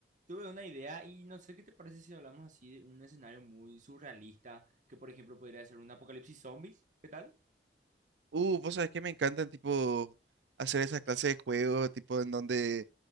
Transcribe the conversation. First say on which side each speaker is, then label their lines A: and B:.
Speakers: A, on the right (about 45°); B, on the right (about 75°).
A: Tuve una idea y no sé qué te parece si hablamos así de un escenario muy surrealista, que por ejemplo podría ser un apocalipsis zombies. ¿Qué tal?
B: Uh, vos sabés que me encantan, tipo, hacer esa clase de juegos, tipo, en donde